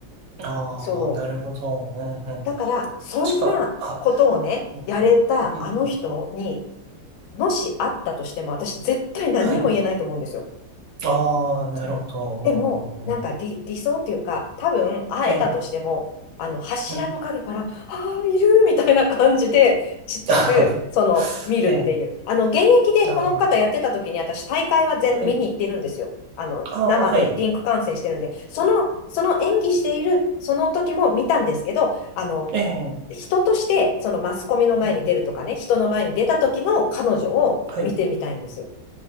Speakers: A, on the right; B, on the left.
A: ああ、
B: そ
A: なるほど。うん、うん。
B: う。だから、そんなことをね、
A: 確か、あ、うん、
B: やれたあの人に、
A: うん、うん。うん
B: もしあったとしても、私絶対何にも言えないと思うんですよ。
A: はい。ああ、なるほど。
B: そうんでも、
A: うん、うん、
B: なんか理、
A: うん。
B: 理想っていうか、多分会えたとしても、
A: ええ、
B: あの柱の陰から、
A: うん。
B: ああ、いるみたいな感じで、ちっちゃく、
A: <laughs> あ
B: その、見るっていう。
A: ーええ、
B: あの、現役でこの方やってた時に、
A: ああ、
B: 私、大会は全、
A: はい。
B: 見に行ってるんですよ。あの、
A: ああ、
B: 生でリンク観戦してるんで、
A: はい。
B: その、その演技している、その時も見たんですけど、あの、
A: ええ、
B: 人として、そのマスコミの前に出るとかね、
A: うん。
B: 人の前に出た時の彼女を見てみたいんですよ。
A: はい。